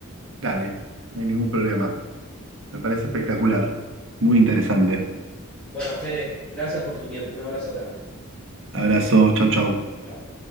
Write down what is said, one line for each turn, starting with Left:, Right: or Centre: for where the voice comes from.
Right: Dale, no hay ningún problema. Me parece espectacular. Muy interesante.
Centre: Bueno, Fede, gracias por tu tiempo, un abrazo grande,
Right: Abrazo, chau, chau.
Centre: chao.